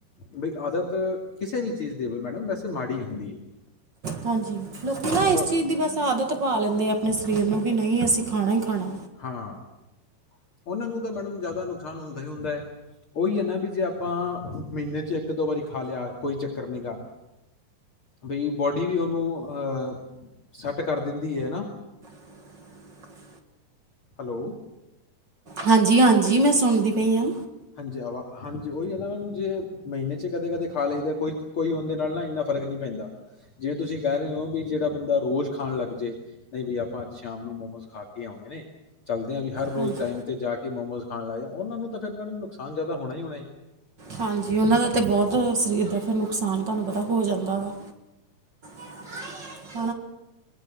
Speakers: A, on the left (about 40°); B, on the right (about 45°).
A: ਬ ਆਦਤ ਕਿਸੇ ਵੀ ਚੀਜ਼ ਦੀ ਹੋ ਮੈਡਮ ਵੈਸੇ ਮਾੜੀ ਹੁੰਦੀ ਹੈ।
B: ਹਾਂਜੀ, ਲੋਕੀ ਨਾ
A: ਆਪਾਂ
B: ਇਸ ਚੀਜ਼ ਦੀ ਬਸ ਆਦਤ ਪਾ ਕਦੇ ਆਪਣੇ ਸਰੀਰ ਨੂੰ ਵੀ ਨਹੀਂ ਅਸੀਂ ਖਾਣਾ ਹੀ ਖਾਣਾ,
A: ਹਾਂ ਉਹਨਾਂ ਨੂੰ ਤਾਂ ਮੈਡਮ ਜ਼ਿਆਦਾ ਨੁਕਸਾਨ ਹੁੰਦਾ ਹੀ ਹੁੰਦਾ ਹੈ। ਉਹੀ ਹੈ ਨਾ, ਵੀ ਜੇ ਆਪਾਂ ਮਹੀਨੇ ਚ ਇੱਕ ਦੋ ਵਾਰੀ ਖਾ ਲਿਆ ਕੋਈ ਚੱਕਰ ਨੀ ਗਾ। ਬਈ ਬੋਡੀ ਵੀ ਉਹਨੂੰ ਸੈਟ ਕਰ ਦਿੰਦੀ ਹੈ ਨਾ,
B: <inaudible>
A: ਹੈਲੋ,
B: ਹਾਂਜੀ-ਹਾਂਜੀ, ਮੈਂ ਸੁਣਦੀ ਪਈ ਹਾਂ।
A: ਹਾਂਜੀ ਆਵਾ ਹਾਂਜੀ, ਉਹੀ ਹੈ ਨਾ ਜੇ ਮਹੀਨੇ ਚ ਕਦੇ ਕਦੇ ਖਾ ਲਈਦਾ, ਕੋਈ-ਕੋਈ ਹੋਣ ਦੇ ਨਾਲ ਨਾ ਇੰਨਾ ਫਰਕ ਨੀ ਪੈਂਦਾ। ਜਿਵੇਂ ਤੁਸੀਂ ਕਹਿ ਰਹੇ ਹੋ, ਵੀ ਜਿਹੜਾ ਬੰਦਾ ਰੋਜ ਖਾਣ ਲੱਗ ਜਾਏ ਨਹੀਂ ਵੀ ਆਪਾਂ ਅੱਜ ਸ਼ਾਮ ਨੂੰ ਮੋਮੋਸ ਖਾ ਕੇ ਆਣੇ ਨੇ। <unintelligible> ਵੀ ਹਰ ਰੋਜ਼
B: ਹਾਂਜੀ
A: ਟਾਈਮ ਤੇ ਜਾ ਕੇ ਮੋਮੋਸ ਖਾਣ ਲਾਏ, ਜਾ ਉਹਨਾ ਨੂੰ ਤਾਂ ਫਿਰ ਮੈਮ ਨੁਕਸਾਨ ਜ਼ਿਆਦਾ ਹੋਣਾ ਈ ਹੋਣਾ।
B: ਹਾਂਜੀ, ਉਹਨਾਂ ਦਾ ਤਾਂ ਬਹੁਤ ਸਰੀਰ ਦਾ ਫਿਰ ਨੁਕਸਾਨ ਤੁਹਾਨੂੰ ਪਤਾ ਹੋ ਜਾਂਦਾ ਵਾ। <inaudible>